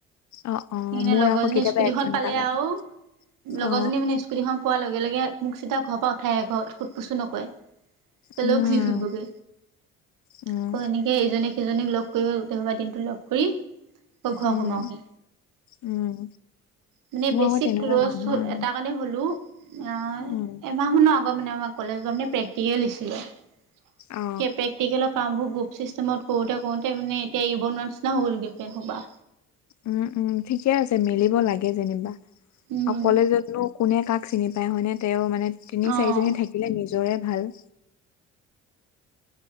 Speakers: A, on the left; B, on the right.
A: অ অ
B: ইনে
A: মোৰ
B: লগৰজনী
A: আকৌ কেতিয়াবা
B: স্কুটিখন
A: এঘন্টা
B: পালে
A: লাগে
B: আৰু
A: অ
B: লগৰজনী মানে স্কুটীখন পোৱা লগে লগে মোক চিধা ঘৰৰ পা উঠাই আকৌ খুদ পচু ও নকৰে। কলে
A: উম
B: ঘূৰি ফুৰিবগে
A: উম
B: আকৌ এনে এ ইজনে সিজনীক লগ কৰিব গোটে সোপা দিনটো লগ কৰি আকৌ ঘৰ
A: উম,
B: সোমাওহি
A: উম।
B: মানে
A: মোৰ
B: বেছি
A: আকৌ তেনেকুৱা
B: ক্ল'জ
A: নহয়
B: হ এটা কাৰণে হ'লোও নাই
A: উম
B: শুনা শুনা আগত মানে আমাৰ কলেজত মানে প্ৰেক্টিকেল দিছিল হে পেচ
A: অ
B: প্ৰেক্টিকেলৰ কামবোৰ বুক চিষ্টেমত কৰোতে কৰোতে মানে এতিয়া অ'বনোৱা নিচিনা হ'লে গোটেই খুপা।
A: উম উম ঠিকে আছে মিলিব লাগে যেনিবা
B: উম
A: কলেজত নো কোনে কাক চিনি পায় হয়নে তেওঁ মানে তিনি
B: অঁ
A: চাৰিজনী থাকিলে নিজৰে ভাল।